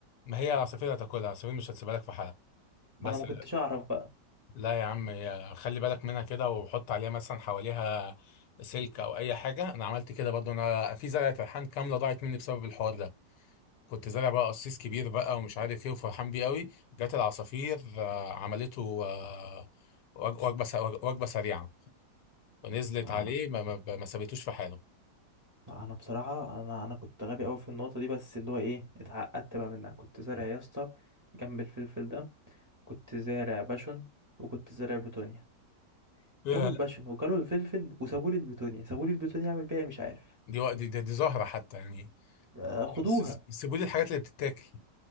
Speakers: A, on the left; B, on the right.
A: ما هي عصافير هتاكلها عصافير مش هتسيبها لك في حالها
B: ما
A: بس
B: انا ما كنتش اعرف بقى
A: لا يا عم يا- خلي بالك منها كده وحط عليها مثلا حواليها سلك او اي حاجه انا عملت كده برضو انا في زرعه ريحان كامله ضاعت مني بسبب الحوار ده كنت زارع بقى قصيص كبير بقى ومش عارف ايه وفرحان بيه قوي جت العصافير آه، عملته آه، وج- وجبه س- وجبه سريعه ونزلت
B: انا
A: عليه ما, ما, ما سابتوش في حاله
B: انا بصراحه انا انا كنت غبي قوي في النقطه دي بس اللي هو ايه اتعقدت بقى منها كنت زارع يا اسطى جنب الفلفل ده كنت زارع باشون وكنت زارع بتونيا
A: ياه
B: كلوا الباشون وكلوا الفلفل وسابوا لي البتونيا سابوا لي البتونيا اعمل بيها إيه مش عارف
A: دي وق- دي, دي, دي زهره حتى يعني
B: آه، خدوها
A: س- سيبوا لي الحاجات اللي بتتاكل